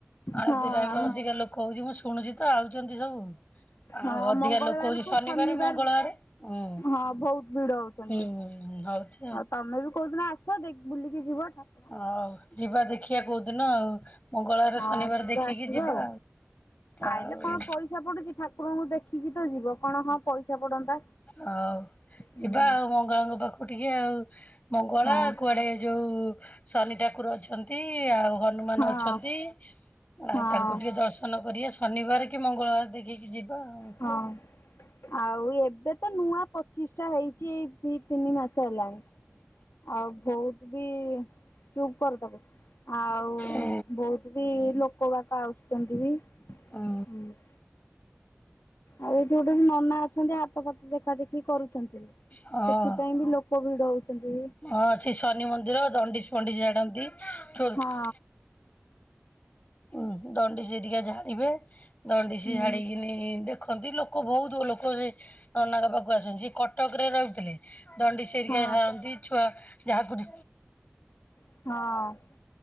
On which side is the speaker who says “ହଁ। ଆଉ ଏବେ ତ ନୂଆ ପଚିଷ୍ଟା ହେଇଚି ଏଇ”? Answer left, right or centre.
Left